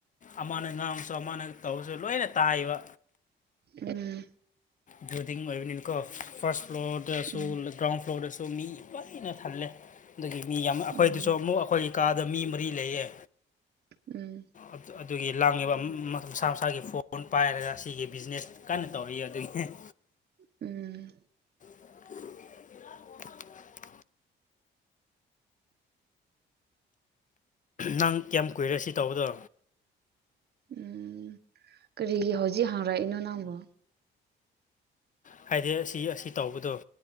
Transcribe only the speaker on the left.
ꯑꯃꯅ ꯉꯥꯡꯕꯁꯨ ꯑꯃꯅ ꯇꯧꯔꯁꯨ ꯂꯣꯏꯅ ꯇꯥꯏꯕ
ꯕꯤꯜꯗꯤꯡ ꯑꯣꯏꯕꯅꯤꯅꯀꯣ ꯐꯔꯁ ꯐ꯭ꯂꯣꯔ ꯗꯁꯨ
ꯒ꯭ꯔꯥꯎꯟ ꯐ꯭ꯂꯣꯔ ꯗꯁꯨ ꯁꯨ ꯃꯤ ꯂꯣꯏꯅ ꯊꯜꯂꯦ ꯑꯗꯨꯗꯒꯤ ꯃꯤ ꯌꯥꯝ ꯑꯩꯈꯣꯏꯗꯁꯨ
ꯑꯃꯨꯛ ꯑꯩꯈꯣꯏ ꯑꯀꯥꯗ ꯃꯤ ꯃꯔꯤ ꯂꯩꯌꯦ
ꯑꯗꯨ- ꯑꯗꯨꯒꯤ ꯂꯥꯡꯉꯤꯕ ꯃꯁꯥ ꯃꯁꯥꯒꯤ ꯐꯣꯟ ꯄꯥꯏꯔꯒ ꯑꯁꯤꯒꯤꯒꯤ ꯕꯤꯖꯤꯅꯦꯁ ꯀꯟꯅ ꯇꯧꯔꯤꯌꯦ ꯑꯗꯨꯒꯤ ꯍ <unintelligible>
<unintelligible> ꯅꯪ ꯀꯌꯥꯝ ꯀꯨꯏꯔꯦ ꯁꯤ ꯇꯧꯕꯗꯣ
ꯍꯥꯏꯗꯤ ꯑꯁꯤ ꯑꯁꯤ ꯇꯧꯕꯗꯨ